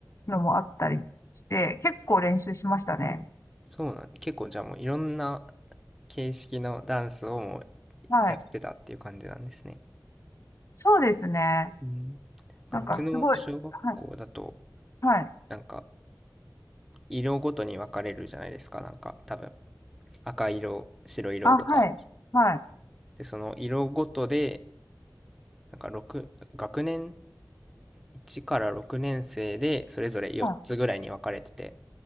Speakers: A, on the left; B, in the centre.
A: のもあったりして、結構練習しましたね。
B: そうなん、結構じゃあもういろんな形式のダンスをもう
A: はい。
B: やってたっていう感じなんですね。
A: そうですね。
B: うん。なんかうちの小学校だと、
A: なんかすごい、はい、はい。
B: なんか色ごとに分かれるじゃないですか、なんか多分。赤色、白色とか。
A: あ、はい、はい。
B: で、その色ごとで、なんか6、学年1から6年生でそれぞれ4つぐらいに分かれてて、
A: はい